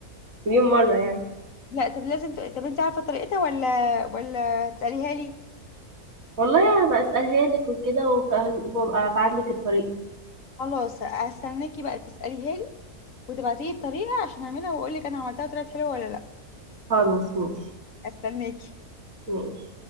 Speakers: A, on the right; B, on the left.
A: مليون مره يعني
B: لا طب لازم ت... طب انت عارفه طريقتها ولا ولا تساليها لي
A: والله هبقى اسالها لك وكده وف- وابقى ابعت لك الطريق
B: خلاص هستناكي بقى تسأليها لي وتبعتيلي الطريقة عشان اعملها واقولك انا عملتها وطلعت حلوة ولا لا
A: خلاص ماشي
B: هستناكي
A: ماشي